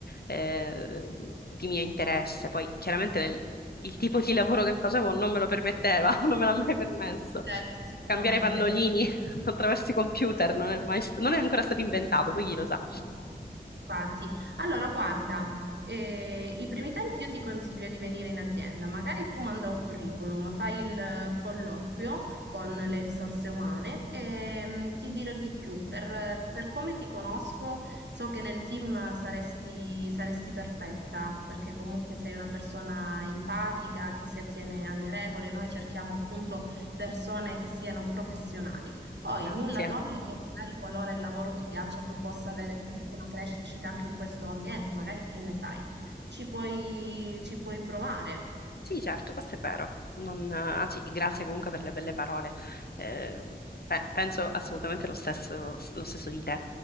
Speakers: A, on the left; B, on the right.
A: eh, di mio interesse. Poi, chiaramente, nel- il tipo di lavoro che facevo non me lo permetteva, <laughs> non me l'ha mai permesso.
B: Certo, sicuramente.
A: Cambiare pannolini <laughs> attraverso i computer non è mai, non è ancora stato inventato, poi chi lo sa.
B: No, no, infatti. Allora, guarda, eh, i primi tempi io ti consiglio di venire in azienda, magari tu manda un curriculum, fai il eh, colloquio con le risorse umane e mm, ti dirò di più, per, per come ti conosco so che nel team saresti, saresti perfetta, perché comunque sei una persona empatica che si attiene alle regole, noi cerchiamo appunto persone che siano professionali. Poi
A: Grazie.
B: nulla toglie che magari qualora il lavoro ti piaccia, tu possa avere comunque una crescita anche in questo ambiente, magari che ne sai, ci puoi, ci puoi provare.
A: Sì, certo, questo è vero. Non- anzi, grazie comunque per le belle parole. Eh, pe- penso assolutamente lo stesso, lo stesso di te.